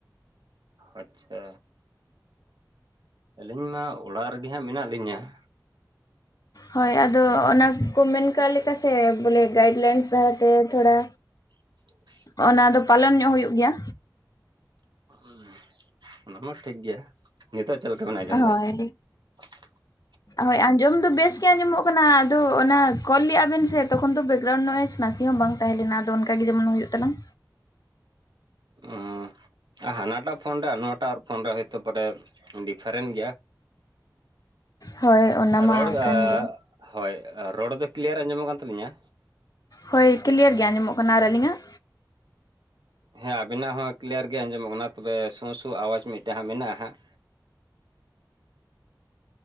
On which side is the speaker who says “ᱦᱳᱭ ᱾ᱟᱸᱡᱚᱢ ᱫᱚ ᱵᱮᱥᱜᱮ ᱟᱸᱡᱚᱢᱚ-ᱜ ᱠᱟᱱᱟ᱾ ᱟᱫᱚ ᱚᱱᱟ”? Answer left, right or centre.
Left